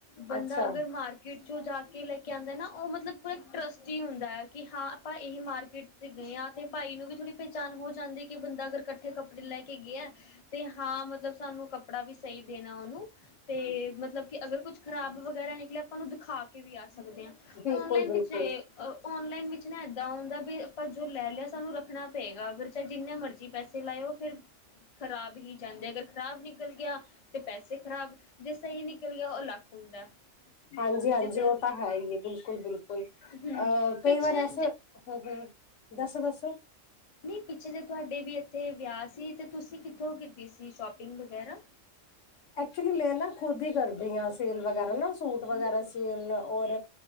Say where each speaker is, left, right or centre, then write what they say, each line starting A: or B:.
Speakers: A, on the left; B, on the left.
A: ਬੰਦਾ
B: ਅੱਛਾ
A: ਅਗਰ ਮਾਰਕੀਟ'ਚੋਂ ਜਾਕੇ ਲੈਕੇ ਆਂਦਾ ਨਾ, ਓ ਮਤਲਬ ਪਰ, ਟ੍ਰਸਟੀ ਹੁੰਦਾ, ਕਿ ਹਾਂ, ਆਪਾਂ ਏਹੀ ਮਾਰਕੀਟ'ਚ ਗਏ ਆਂ, ਤੇ ਭਾਈ ਨੂੰ ਵੀ ਥੋੜ੍ਹੀ ਪੇਚਾਣ ਹੋ ਜਾਂਦੀ, ਕਿ ਬੰਦਾ ਅਗਰ ਕੱਠੇ ਕੱਪੜੇ ਲੈਕੇ ਗਿਆ ਤੇ, ਹਾਂ ਮਤਲਬ ਸਾਨੂੰ ਕੱਪੜਾ ਵੀ ਸਈ ਦੇਣਾ ਓਹਨੂੰ ਤੇ, ਮਤਲਬ ਕਿ ਅਗਰ ਕੁੱਝ ਖ਼ਰਾਬ ਵਗੈਰਾ ਨਿਕਲਿਆ, ਆਪਾਂ ਉਹਨੂੰ ਦਿਖਾਕੇ ਵੀ ਆ ਸਕਦੇ ਆਂ।
B: ਬਿਲਕੁਲ-ਬਿਲਕੁਲ।
A: ਤੇ ਔਨਲਾਈਨ ਵਿੱਚ ਨਾ ਏਦਾਂ ਹੁੰਦਾ ਵੀ ਆਪਾਂ ਜੋ ਲੈ ਲਿਆ ਸਾਨੂੰ ਰੱਖਣਾ ਪਇਗਾ, ਫਿਰ ਚਾਹੇ ਜਿੰਨੇ ਮਰਜ਼ੀ ਪੈਸੇ ਤੇ ਲਾਇਓ ਫਿਰ ਖ਼ਰਾਬ ਹੀ ਜਾਂਦੇ, ਅਗਰ ਖ਼ਰਾਬ ਨਿਕਲ ਗਿਆ ਤੇ, ਪੈਸੇ ਖ਼ਰਾਬ। ਜੇ ਸਹੀ ਨਿਕਲ ਗਿਆ ਓ ਲੱਕ ਹੁੰਦਾ।
B: ਹਾਂਜੀ
A: ਵੀ
B: ਹਾਂਜੀ
A: ਜਿੱਦਾਂ
B: ਉ ਤਾਂ ਹੈ ਈ ਬਿਲਕੁਲ ਬਿਲਕੁਲ। ਲ,
A: ਹਮ
B: ਅ ਕਈ
A: ਪਿੱਛੇ
B: ਵਾਰ ਐਸਾ, ਹ ਹਮ ਦੱਸੋ- ਦੱਸੋ
A: ਨੀ ਪਿੱਛੇ ਜੇ ਤੁਹਾਡੇ ਵੀ ਇੱਥੇ ਵੇਆ ਸੀ ਤੇ ਤੁਸੀਂ ਕਿੱਥੋਂ ਕੀਤੀ ਸੀ ਸ਼ੋਪਿੰਗ ਵਗੈਰਾ
B: ਐਕਚੁਲੀ ਮੈਂ ਨਾ ਖੁਦ ਈ ਕਰਦੀ ਆ ਸੇਲ ਵਗੈਰਾ ਨਾ ਸੂਟ ਵਗੈਰਾ ਸੇਲ ਔਰ